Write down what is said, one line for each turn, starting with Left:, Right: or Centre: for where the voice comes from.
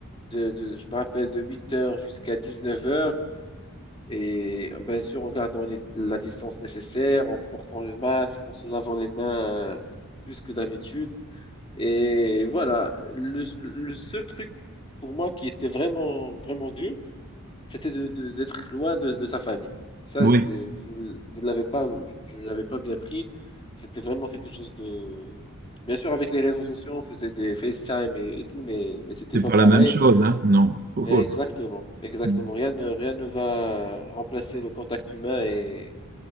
Left: de, de- je me rappelle, de 8 heures jusqu'à 19 heures. Et euh, bien sûr, en gardant les- la distance nécessaire, en portant le masque, en se lavant les mains euh, plus que d'habitude. Et voilà, le, le seul truc pour moi qui était vraiment, vraiment dur, c'était de, de- d'être loin de, de sa famille. Ça,
Right: Oui,
Left: c'est, je ne l'avais pas, je l'avais pas bien pris. C'était vraiment quelque chose de... Bien sûr, avec les réseaux sociaux, on faisait des FaceTime et, et tout, mais, mais c'était
Right: c'est
Left: pas
Right: pas
Left: pareil.
Right: la même chose, hein? Non. Oh
Left: Et
Right: oh
Left: exactement, exactement.
Right: là.
Left: Rien ne, rien ne va remplacer le contact humain et,